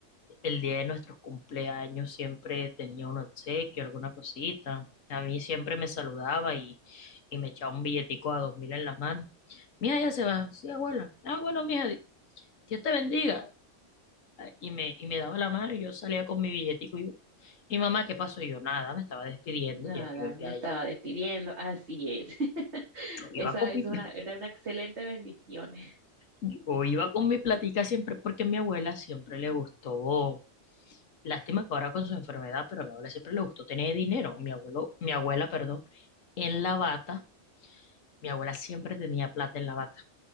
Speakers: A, on the left; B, on the right.
A: El día de nuestros cumpleaños siempre tenía un obsequio, alguna cosita. A mí siempre me saludaba y, y me echaba un billetico a dos mil en la mano. Mía, ya se va. Sí, abuela. Ah, bueno, mía, Dios te bendiga. Y me, y me daba la mano y yo salía con mi billetico y yo, y mamá, ¿qué pasó? Y yo, nada, me estaba despidiendo,
B: Nada,
A: ya yo,
B: me
A: ya,
B: estaba
A: ya,
B: despidiendo, así es. <laughs>
A: yo iba
B: Esa
A: con
B: es
A: mi,
B: una, era una excelente bendición. <laughs>
A: Yo iba con mi platica siempre porque a mi abuela siempre le gustó, lástima que ahora con su enfermedad, pero a mi abuela siempre le gustó tener dinero. Mi abuelo, mi abuela, perdón, en la bata, mi abuela siempre tenía plata en la bata,